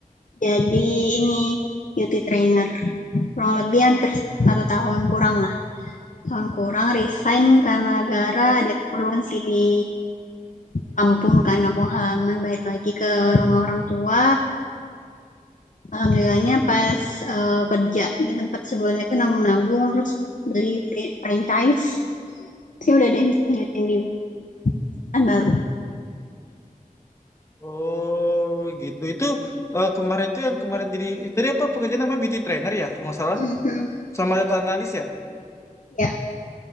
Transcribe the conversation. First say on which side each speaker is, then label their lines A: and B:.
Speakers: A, on the left (about 60°); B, on the left (about 20°).
A: jadi ini beauty trainer kurang lebih hampir satu tahun kurang tahun kurang resign karena gara ada keperluan sih di kampung kan kampung halaman balik lagi ke rumah orang tua alhamdulillahnya pas eh, kerja di tempat sebelumnya itu nabung-nabung terus beli fri- franchise sih udah deh lanjutin di perusahaan baru
B: Oh gitu. Itu eh, kemarin itu yang kemarin jadi eh, tadi apa pekerjaan namanya beauty trainer ya kalau nggak salah
A: <laughs>
B: sama data analis ya.
A: ya